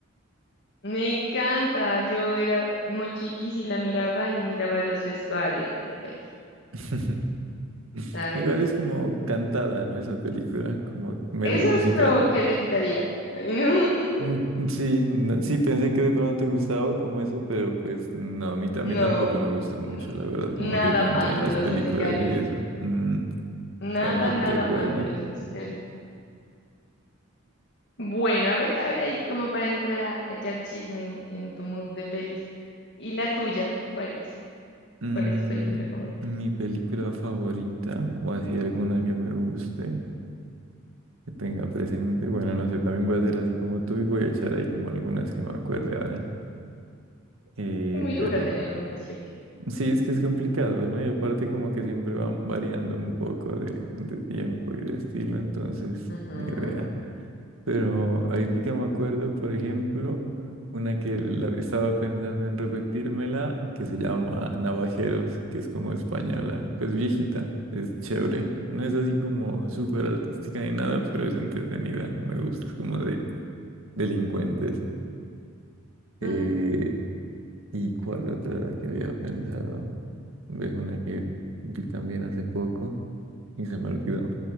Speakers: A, on the left; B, on the right.
A: Me encanta. Yo era muy chiquis y la miraba y miraba los vestuarios de la peli,
B: <laughs>
A: ¿sabes?
B: Igual es como cantada, ¿no? Esa película, como medio
A: Eso
B: musical.
A: es lo que le quitaría. <laughs>
B: Mm, Sí, no- sí, pensé que de pronto te gustaba como eso, pero pues no, a mí, ta- a
A: No,
B: mí tampoco me gusta
A: No.
B: mucho,
A: n-
B: la verdad, como
A: nada
B: que canten
A: fan
B: en
A: de
B: las
A: los
B: películas
A: musicales.
B: y eso. Mm,
A: Nada,
B: estamos
A: nada
B: de acuerdo.
A: fan de los musicales. Bueno, a ver, a ver ahí como para entrar a, a echar chisme en, en tu mood de pelis. ¿Y la tuya? ¿Cuál es?
B: Mm,
A: ¿Cuál es tu película favorita?
B: mi película favorita, o así alguna que me guste, que tenga presente, bueno, no sé, también voy a hacer así como tú y voy a echar ahí como algunas que me acuerde ahora. Eh,
A: muy duro
B: pero
A: tener una así aquí.
B: Sí, es que es complicado, ¿no? Y aparte como que siempre van variando un poco de, de tiempo y de estilo, entonces
A: Ujú,
B: ni idea. Pero ahorita me acuerdo, por ejemplo, una que la- estaba pensando en repetírmela, que se llama Navajeros, que es como española, pues viejita, es chévere. No es así como súper artística ni nada, pero es entretenida, me gusta, es como de delincuentes. Eh,
A: ujú,
B: ¿y cuál otra era que había pensado? ves una que vi también hace poco y se me olvidó.